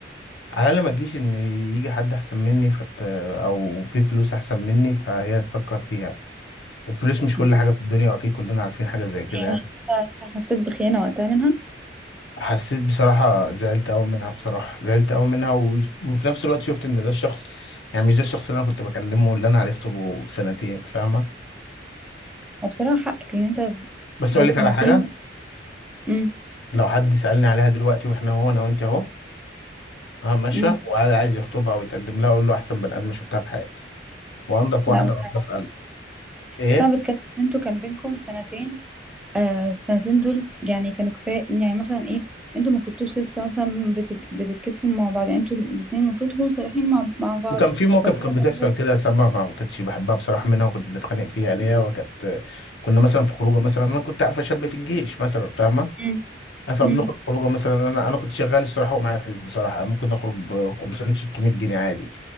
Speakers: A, on the left; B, in the centre.
A: على الاقل ما تجيش ان يجي حد احسن مني فت... او في فلوس احسن مني فهي تفكر فيها الفلوس مش
B: مم.
A: كل حاجه في الدنيا واكيد كلنا عارفين حاجه زي كده
B: يعني
A: يعني
B: أنت أنت حسيت بخيانة وقتها منها
A: حسيت بصراحة زعلت أوي منها بصراحة زعلت أوي منها و... وفي نفس الوقت شفت إن ده الشخص يعني مش ده الشخص اللي أنا كنت بكلمه واللي أنا عرفته بقى سنتين فاهمة
B: وبصراحة حقك لأن أنت
A: بس أقول
B: سنتين
A: لك على حاجة
B: امم
A: لو حد سألني عليها دلوقتي وإحنا هو أنا وأنت أهو أنا ماشية
B: امم
A: وقاعد عايز يخطبها ويتقدم لها أقول له أحسن بني آدم شفتها في حياتي وأنضف
B: لا
A: واحدة
B: والله
A: وأنضف
B: عليك.
A: قلب إيه
B: بس أنا بتكلم إن أنتوا كان بينكم سنتين آه السنتين دول يعني كانوا كفاية يعني مثلا إيه أنتوا ما كنتوش لسه مثلا بت- بتتكسفوا مع بعض يعني أنتوا الاتنين المفروض تكونوا صريحين مع مع بعض
A: وكان في موقف
B: لو في
A: كانت
B: حاجة
A: بتحصل
B: مثلا
A: كده سما ما كنتش بحبها بصراحة منها وكنت بنتخانق فيها يعني هي وكانت كنا مثلا في خروجه مثلا أنا كنت عارفة شاب في الجيش مثلا فاهمة
B: امم
A: فبنخرج
B: امم
A: خروجه مثلا انا انا كنت شغال الصراحه ومعايا فلوس بصراحه ممكن اخرج ب 500 600 جنيه عادي